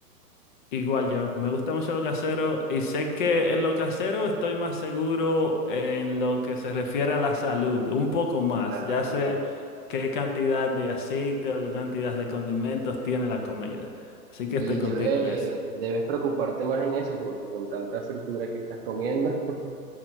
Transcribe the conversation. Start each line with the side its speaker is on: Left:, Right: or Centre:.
Left: Igual yo, me gusta mucho lo casero y sé que en lo casero estoy más seguro en lo que se refiere a la salud, un poco más.
Right: Claro.
Left: Ya sé qué cantidad de aceite o qué cantidad de condimentos tiene la comida. Así que
Right: Y
Left: estoy
Right: debes,
Left: contigo en eso.
Right: debes preocuparte más en eso porque con tanta fritura que estás comiendo, <laughs>